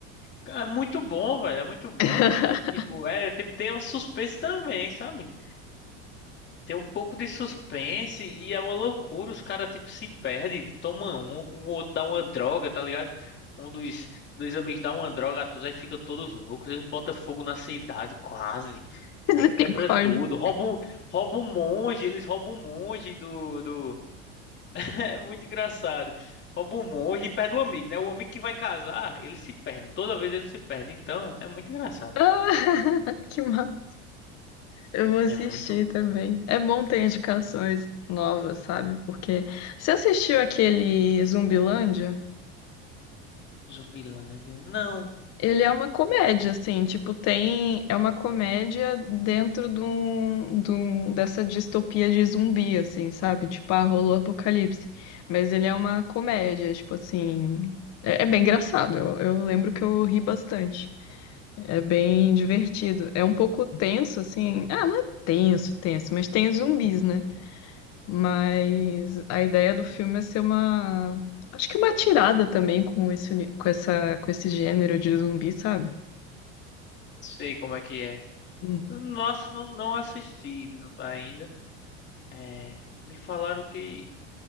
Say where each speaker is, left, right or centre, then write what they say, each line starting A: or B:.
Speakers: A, on the left; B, on the left.
A: Cara, é muito bom, velho. É muito bom.
B: <laughs>
A: E tipo, é, tem, tem um suspense também, sabe? Tem um pouco de suspense e é uma loucura. Os caras, tipo, se perdem, tomam um, o outro dá uma droga, tá ligado? Um dos, dos amigos dá uma droga a todos, aí ficam todos loucos. Eles botam fogo na cidade, quase.
B: Misericórdia.
A: É, quebra tudo. Roubam, roubam um monge, eles roubam um monge do, do... <laughs> É muito engraçado. Rouba o monge e perde o amigo, né? O amigo que vai casar, ele se perde. Toda vez ele se perde. Então, é muito engraçado.
B: Ah, <laughs> que mal. Eu vou assistir
A: É muito
B: também. É bom ter indicações novas, sabe? Porque você assistiu aquele Zumbilândia?
A: Zumbilândia. Não
B: Ele é uma comédia, assim, tipo, tem. É uma comédia dentro de um, de um- dessa distopia de zumbi, assim, sabe? Tipo, ah, rolou o apocalipse. Mas ele é uma comédia, tipo assim. É, é bem engraçado. Eu, eu lembro que eu ri bastante. É bem divertido. É um pouco tenso, assim. Ah, não é tenso, tenso, mas tem os zumbis, né? Mas a ideia do filme é ser uma. Acho que uma tirada também com esse, uni- com essa, com esse gênero de zumbi, sabe?
A: sei como é que é.
B: Uhum.
A: Eu, nossa, não, não assisti ainda. É, me falaram que